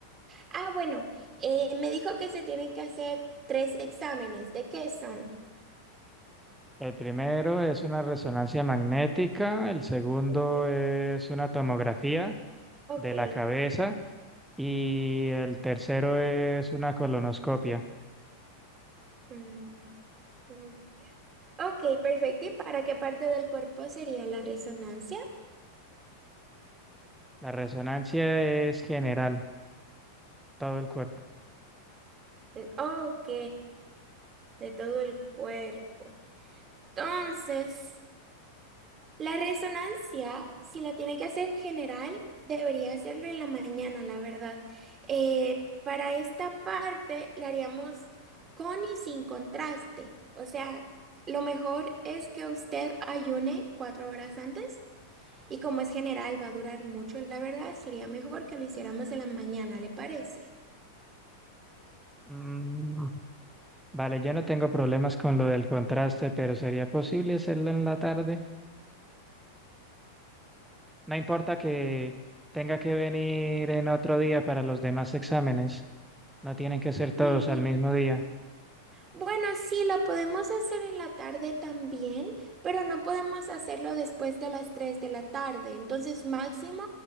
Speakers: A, on the right; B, in the centre.
A: Ah, bueno. eh, me dijo que se tienen que hacer tres exámenes. ¿De qué son?
B: El primero es una resonancia magnética, el segundo
A: Ok.
B: es una tomografía
A: Ok.
B: de la cabeza y el tercero es una colonoscopia.
A: mm, ok, Ok, perfecto. ¿Y para qué parte del cuerpo sería la resonancia?
B: La resonancia es general, todo el cuerpo.
A: Mm, Ok. De todo el cuerpo. Entonces. La resonancia, si la tiene que hacer general, debería hacerlo en la mañana, la verdad. Eh, para esta parte la haríamos con y sin contraste. O sea, lo mejor es que usted ayune cuatro horas antes y como es general, va a durar mucho, la verdad, sería mejor que lo hiciéramos en la mañana, ¿le parece?
B: Mm, vale, yo no tengo problemas con lo del contraste, pero ¿sería posible hacerlo en la tarde? No importa que tenga que venir en otro día para los demás exámenes. No tienen que ser todos
A: Sí.
B: al mismo día.
A: Bueno, sí, lo podemos hacer en la tarde también, pero no podemos hacerlo después de las 3 de la tarde. Entonces, máximo